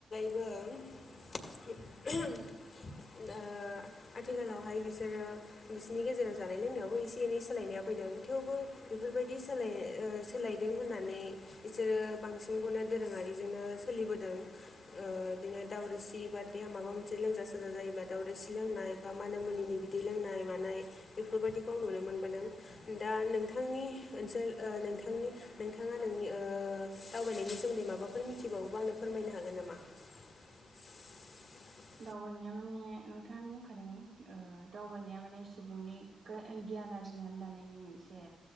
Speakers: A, on the left; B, on the right.
A: <inaudible> आथिखालावहाय बिसोरो बिसोरनि गेजेराव जानाय लोंनायाव थेवबो एसे एनै सोलायनाया फैदों थेवबो बेफोरबायदि सोलाय सोलायदों होननानै बिसोरो बांसिनखौनो दोरोङारिजोंनो सोलिबोदों ओ बिदिनो दावरिसि बार देया माबा मोनसे लोंजा सजा जायोबा दावरिसि लोंनाय बा मानो मुनि बि लोंनाय मानाय बेफोरबायदिखौ आं नुनो मोनबोदों दा नों नोंथांनि ओनसोल नोंथांनि नोंथाङा नोंनि दावबायनायनि सोमोन्दै माबाखौ बेफोर मिथिबावोबा आंनो फोरमायनो हागोन नामा <inaudible>
B: दावबायनाया माने नोंथाङानो बुंखादों ओ दावबायनाया माने सुबुंनि गियान आरजिनानै लानायनि मोनसे